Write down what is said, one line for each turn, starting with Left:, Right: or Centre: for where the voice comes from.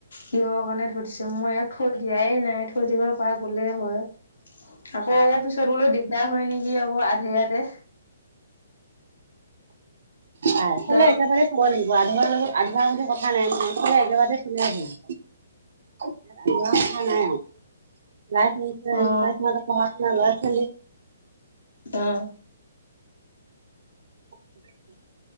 Left: কিহৰ কাৰণে ধ দিছো মই ইয়াক থৈ দিয়াই নাই থৈ দিব পৰা গ'লেই হয় আকৌ পিছত বোলো দিগদাৰ হয় নিকি আকৌ আধেয়াতে
Right: আই থলে
Left: অ
Right: একেবাৰে থব লাগিব আধৰুৱা লগত আধৰুৱা বুলি কথা নাই নহয় থলে একেবাৰতে থলেই হ'ল তেনেকুৱা কথা নাই লাইফ ইঞ্চুৰ
Left: অ
Right: <unintelligible> ল'ৰা ছোৱালী
Left: অ
Right: <unintelligible>